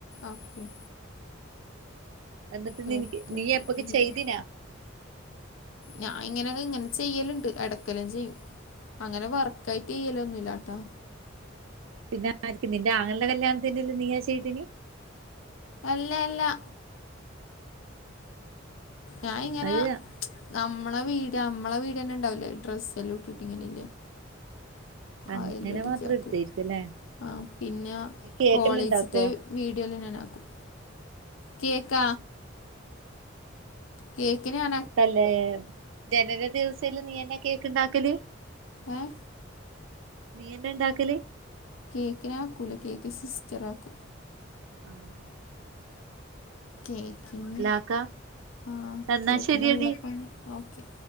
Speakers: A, on the left; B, on the right.
A: ആക്കും
B: എന്നിട്ട്
A: ക്യാപ്
B: നിനിക്ക്
A: കട്ട്
B: നീ എപ്പൊക്കെ ചെയ്തിനാ
A: ഞാഇങ്ങെനെ ഇങ്ങെനെ ചെയ്യല്ണ്ട് എടെക്കല് ചെയ്യും അങ്ങനെ വർക്ക് കൈറ്റിയ്യല്ലോന്നുല്ലാട്ടാ
B: പിന്ന ആര്ക്ക് നിന്റെ ആങ്ങൾടെ കല്യാണത്തിന്റെല്ലൊം നീയാ ചെയ്തിനി
A: അല്ലെല്ല ഞാഇങ്ങെനാ
B: അത്
A: നമ്മെളെ വീടിയോ മ്മളെ വീഡിയോന്നെ ണ്ടാവൂലേ ഡ്രസ്സേല്ലൊം ഇട്ട്ട്ട് ഇങ്ങനിരി
B: അങ്ങനെ
A: അയ്ലടച്ചാക്കൂ
B: മാത്രം എടുത്തായിരിക്കും അല്ലേ
A: ആഹ് പിന്നാ
B: നീ കേക്കെല്ലാം
A: കോളേജ്ത്തെ
B: ഇണ്ടാക്കുവോ
A: വീഡിയോല് നാനാക്കും കേക്ക കേക്കിനാ
B: തല്ലേ ജനന ദിവസെല് നീയെന്നെ കേക്ക്ണ്ടാക്കല്
A: ഏഹ്
B: നീയന്നെ ണ്ടാക്കല്
A: കേക്ക് ഞാനാക്കൂല കേക്ക് സിസ്റ്ററാക്കൂ
B: ആഹ്
A: കേക്കിന്
B: ആക്ക
A: ആഹ്
B: എന്നാ
A: കേക്കിനൊള്ളപ്പണി
B: ശരിയടി
A: ഓക്കെ